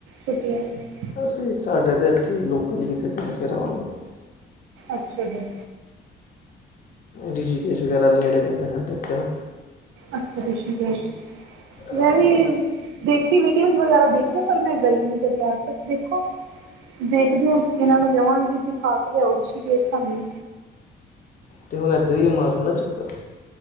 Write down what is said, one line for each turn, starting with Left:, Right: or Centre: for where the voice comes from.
Right: ਛੁੱਟੀਆਂ ਚ?
Left: ਅਸੀਂ ਸਾਡੇ ਤਾਂ ਇੱਥੇ ਹੀ ਲੋਕਲ ਹੀ ਕਿੱਤੇੇ ਘੁੰਮ ਫਿਰ ਆਵਾਂਗੇ।
Right: ਅੱਛਾ ਜੀ।
Left: ਰਿਸ਼ੀਕੇਸ਼ ਵਗੈਰਾ ਨੇੜੇ ਪੈਂਦਾ ਸਾਡੇ ਇਥੋ।
Right: ਅੱਛਾ ਰਿਸ਼ੀਕੇਸ਼, ਮੈਂ
Left: ਹਾਂ
Right: ਵੀ ਦੇਖੀ ਵੀਡੀਓ ਵਗੈਰਾ ਦੇਖਿਆ, ਪਰ ਮੈਂ ਗਈ ਨੀ ਕਦੀ ਅੱਜ ਤੱਕ ਦੇਖੋ ਦੇਖਦੇ ਹੋ ਇਹਨਾਂ ਨੂੰ ਕਵਾਂਗੀ ਦਿਖਾ ਕੇ ਲਓ ਰਿਸ਼ੀਕੇਸ਼ ਸਾਨੂੰ।
Left: ਤੇ ਹੁਣ ਇੱਧਰ ਹੀ ਮਾਰ ਲੈਣਾ ਨਾ ਚੱਕਰ।